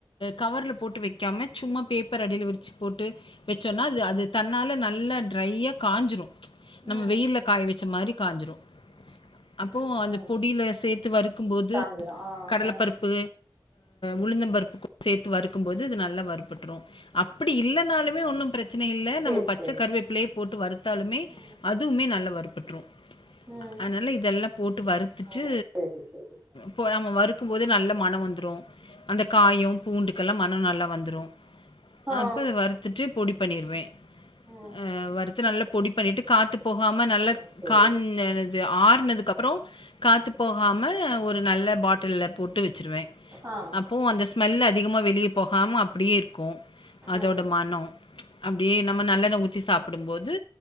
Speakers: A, on the left; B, on the right.
A: கவர்ல் போட்டு வெக்காம சும்மா பேப்பர் அடியில விரிச்சு போட்டு வெச்சோன்னா அது அது தன்னால நல்லா ட்ரையா காயஞ்சிரு நம்ம
B: ம்
A: வெயில காய் வச்ச மாரி காஞஜரோ அப்போ
B: ம்
A: அந்த
B: ம்
A: பொடியில சேர்த்து வறுக்கும்போது
B: காஞ்சிரு ஆ
A: கடலப்பருப்பு
B: ஆ
A: உளுந்தம்பருப்பு சேர்த்து வறுக்கும் போது இது நல்ல வருப்பட்டுரும் அப்படி இல்லனாலுமே ஒன்னும் பிரச் சனைல்ல
B: சேரி
A: நம்ம பச்ச
B: சேரி
A: கருவேப்பிள்ளை போட்டு வரு தாலுமே
B: ம்
A: ஈன் நல்ல வறுப்பட்ரும்
B: ம்
A: அனால இதெல்லாம் போட்டு வறுத்துட்டு
B: ஓ சேரி சேரி
A: கொலமு வரு- க்கும்போதே நல்ல மணம் வந்துரு அந்த காயொம் பூண்டுக்கெல்லா மண நல்லா வந்துரு
B: ஆ
A: அப்ப அத வறுத்துட்டு பொடி பண்ணிருவே
B: ம்
A: அஹ் வருத்து நல்ல பொடி பண்ணிட்டு காத் போகாம நல்ல
B: ஓ சேரி
A: காஞ னது ஆறு துக்குப்புறோ காத்து போகாம ஒரு நல்ல பாட்டில போட் ட்டு வச்சிருவ
B: ஆ
A: அப்பவு அந்த ஸ்மெல் அதிகமா வெளிய போகாம அப்டியே இருக்கும் அதோட
B: ம்
A: மணம் அப்படியே நம்ம நல்லெண்ண ஊத்தி சாப்பிடும் போது